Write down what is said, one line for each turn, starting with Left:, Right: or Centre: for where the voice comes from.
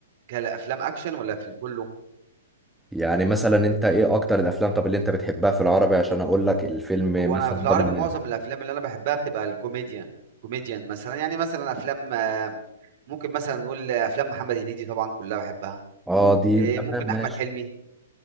Right: كافلام اكشن ولا في كله
Centre: يعني مثلا انت ايه اكتر الافلام طب اللي انت بتحبها في العربي عشان اقول لك الفيلم
Right: هو
Centre: مثلا
Right: انا في العربي
Centre: ده من
Right: معظم الافلام اللي انا بحبها بتبقى الكوميديا كوميديان مثلا يعني مثلا افلام آه، ممكن مثلا نقول افلام محمد هنيدي طبعا كلها بحبها
Centre: اه دي
Right: إيه،
Centre: تمام
Right: ممكن احمد
Centre: ماشي
Right: حلمي